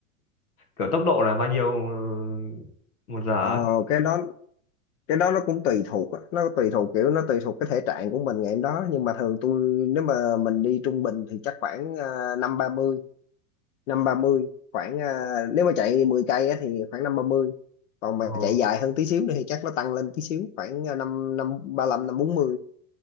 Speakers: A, on the left; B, on the left.
A: kiểu tốc độ là bao nhiêu ờ, một giờ
B: ờ
A: ấy?
B: cái đó cái đó nó cũng tùy thuộc á. nó tùy thuộc kiểu nó tùy thuộc cái thể trạng của mình ngày hôm đó nhưng mà thường tôi nếu mà mình đi trung bình thì chắc khoảng à, năm ba mươi năm ba mươi khoảng à, nếu mà chạy 10 cây á, thì khoảng năm ba mươi còn mà
A: Ồ,
B: chạy dài hơn tí xíu nữa thì chắc nó tăng lên tí xíu khoảng à, năm năm ba lăm năm bốn mươi